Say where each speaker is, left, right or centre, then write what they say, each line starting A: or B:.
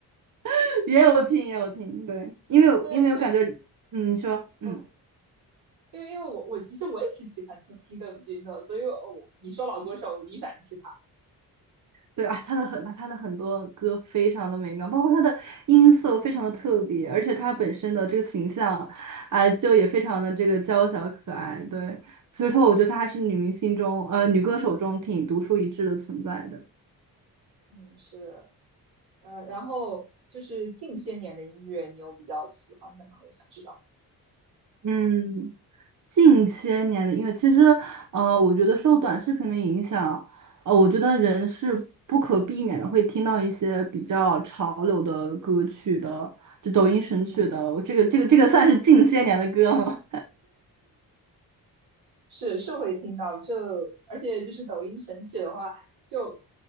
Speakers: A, on the right; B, on the right.
A: <laughs> 也有听也有听，对，因为我因为我感觉，
B: 对是，
A: 嗯，你说，嗯。
B: 嗯，因为因为我我其实我也是喜欢听听邓丽君的，所以我我你说老歌手，我第一反应是她。
A: 对啊，他的很，他的很多歌非常的美妙，包括他的音色非常的特别，而且他本身的这个形象，啊、就也非常的这个娇小可爱。对，所以说我觉得她还是女明星中，呃，女歌手中挺独树一帜的存在的。
B: 嗯，是的，呃，然后就是近些年的音乐，你有比较喜欢的吗？我想知道。
A: 嗯，近些年的音乐，其实，呃，我觉得受短视频的影响，呃，我觉得人是不可避免的会听到一些比较潮流的歌曲的，就抖音神曲的。
B: 嗯。
A: 这个这个这个算是近些年的歌吗？
B: 是是会听到，就而且就是抖音神曲的话，就